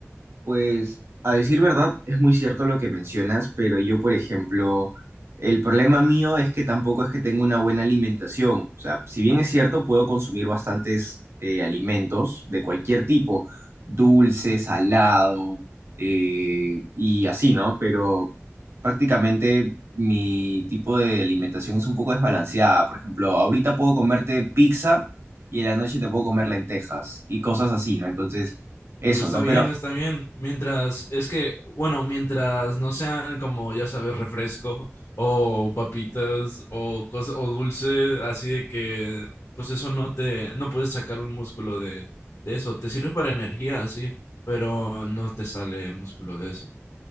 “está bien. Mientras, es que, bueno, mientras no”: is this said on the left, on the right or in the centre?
Left